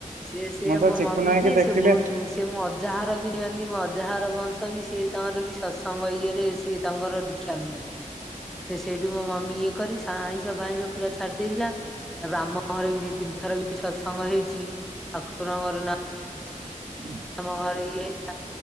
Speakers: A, in the centre; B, on the right.
A: ସି ସିଏ
B: ମୁଁ ତ
A: ମୋ
B: ଚିକୁନ
A: ମମି
B: ଭାଇକି
A: ଯିଏ
B: ଦେଖିଲେ
A: ସେ ବହୁତ ସିଏ ମୋ ଅଜାଘର ବି ସେମିତି ମୋ ଅଜାହାର ବଂଶ ବି ସିଏ ତାଙ୍କର ବି ସତ୍ସଙ୍ଗ ଇଏରେ ସିଏ ତାଙ୍କର ଦୀକ୍ଷା ନିଅନ୍ତି। ସେ ସେଇଠୁ ମୋ ମମି ଇଏ କରି ଆଇଁଷ ଫଇଁଷ ପୁରା ଛାଡ଼ି ଦେଇେଥିଲା। ତାପରେ ଆମ ଘରେ ବି ଦି ତିନି ଥର ବି ସତ୍ସଙ୍ଗ ହେଇଛି ଠାକୁରଙ୍କର ନାଁ
B: <unintelligible>
A: ଆମ ଘର ଇଏ ହେଇଥିଲା।